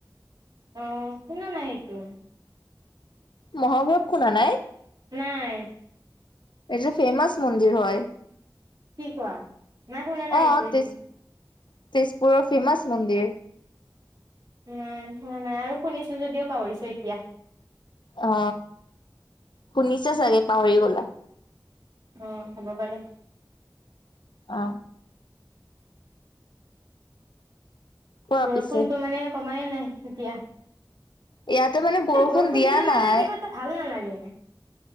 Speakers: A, on the right; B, on the left.
A: অ' শুনা নাই এইটো।
B: মহাভৈৰৱ শুনা নাই?
A: নাই।
B: এইটো ফেমাচ মন্দিৰ হয়।
A: কি কোৱা? <unintelligible>
B: অ তেজ তেজপুৰৰ ফেমাচ মন্দিৰ।
A: নাই, নাই আৰু শুনিছো যদিও পাহৰিছো এতিয়া।
B: অ শুনিছা চাগে, পাহৰি গলা।
A: অ হ'ব পাৰে।
B: অ কোৱা
A: বৰষুণটো
B: পিছে
A: মানে কমাই নাই এতিয়া।
B: ইয়াটো মানে
A: মানে, বৰষুণ
B: দিয়া
A: দিলে মানে
B: নাই
A: কিবা এটা ভাল নালাগে।